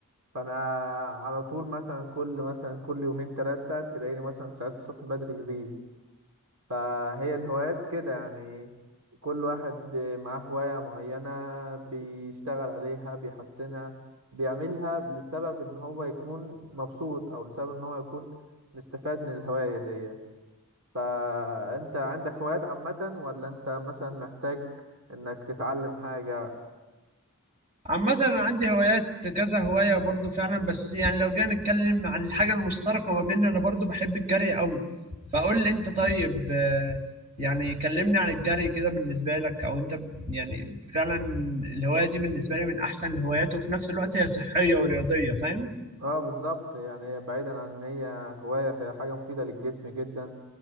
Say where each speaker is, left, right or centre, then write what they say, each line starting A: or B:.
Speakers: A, on the right; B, on the right.
A: فأنا على طول مثلا كل مثلا كل يومين تلاتة تلاقيني مثلا ساعات الصبح بدري جري فهي الهوايات كده يعني كل واحد معاه هواية معينة بيشتغل عليها بيحسنها بيعملها لسبب ان هو يكون مبسوط او لسبب ان هو يكون مستفاد من الهواية دي فانت عندك هوايات عامة ولا انت مثلا محتاج انك تتعلم حاجة
B: عامة أنا عندي هوايات كذا هواية برضو فعلا بس يعني لو جينا نتكلم عن الحاجة المشتركة ما بيننا أنا برضو بحب الجري قوي فقول لي أنت طيب آه، يعني كلمني عن الجري كده بالنسبة لك أو أنت ب- يعني فعلا الهواية دي بالنسبة لي من أحسن الهوايات وفي نفس الوقت هي صحية ورياضية فاهم؟
A: اه بالظبط يعني هي بعيدا عن ان هي هواية فهي حاجة مفيدة للجسم جدا